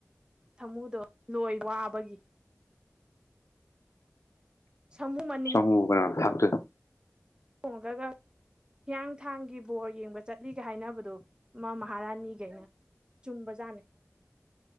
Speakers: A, on the right (about 20°); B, on the left (about 75°).
A: ꯊꯃꯨꯗꯣ ꯂꯣꯏ ꯋꯥꯕꯒꯤ ꯁꯝꯃꯨ ꯃꯟ__
B: ꯁꯃꯨꯕꯨ ꯀꯅꯥꯅꯥ ꯊꯥꯛꯇꯨꯢꯅꯣ
A: ꯇꯣꯡꯉꯥꯒ ꯍꯤꯌꯥꯡꯊꯥꯡꯒꯤ ꯕꯣꯔ ꯌꯦꯡꯕ ꯆꯠꯂꯤꯒ ꯍꯥꯏꯅꯕꯗꯣ ꯑꯃꯥ ꯃꯍꯥꯔꯥꯅꯤ ꯒꯩꯅꯣꯅ ꯆꯨꯝꯕꯖꯥꯠꯅꯦ